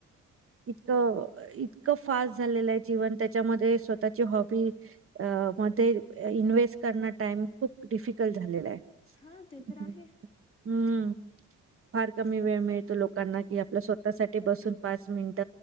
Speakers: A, on the right (about 45°); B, on the left (about 20°).
A: इतकं इतकं फास्ट झालेलं आहे जीवन त्याच्यामध्ये स्वतःची हॉबी अ मध्ये इन्व्हेस्ट करण टाइम खूप डिफिकल्ट झालेला आहे
B: हा ते तर आहे.
A: हम् हम्म फार कमी वेळ मिळतो लोकांना कि आपल्या स्वतःसाठी बसून पाच मिनट